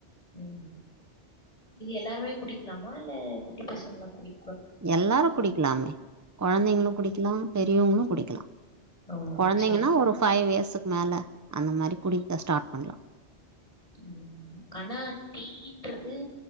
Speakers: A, on the left; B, on the right.
A: ம் இது எல்லாருமே குடிக்கலாமா இல்ல குட்டி பசங்களா குடி
B: எல்லாரு குடிக்கலாமே கொழந்தைங்களு குடிக்கலா பெரியவங்களு குடிக்கலா
A: ஓ!
B: கொழந்தைங்கன்னா
A: சரி.
B: ஒரு ஃபைவ் இயர்ஸுக்கு மேல அந்த மாரி குடி ஸ்டார்ட் பண்ணலா
A: ம் கனா டி அடின்றது